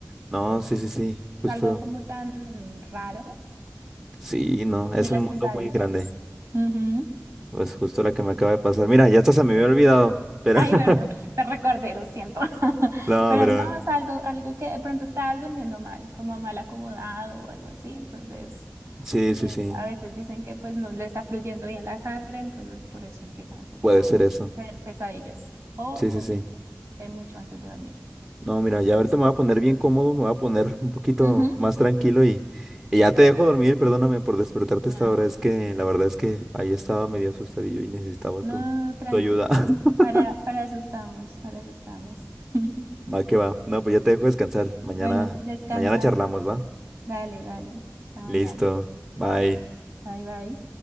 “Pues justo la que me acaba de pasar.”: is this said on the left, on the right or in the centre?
Right